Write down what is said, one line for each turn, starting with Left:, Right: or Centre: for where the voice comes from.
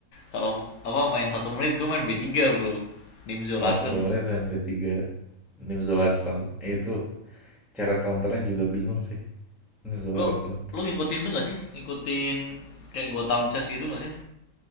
Left: kalau apa main satu menit gue main b tiga bro Nimzo
Centre: Oh,
Left: Larsen
Centre: satu menit main B3. Nim Zolarsen. Eh, itu cara counternya juga bingung sih. Nim Zolarsen.
Left: lu lu ngikutin itu gak sih ngikutin kayak Gotham Chess gitu gak sih